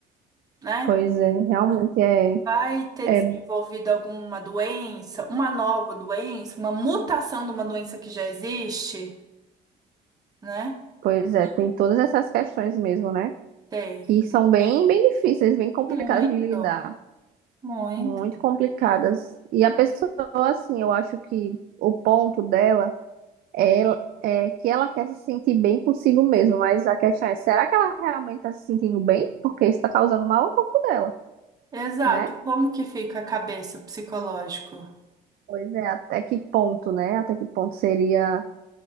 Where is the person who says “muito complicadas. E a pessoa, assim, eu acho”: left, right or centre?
Right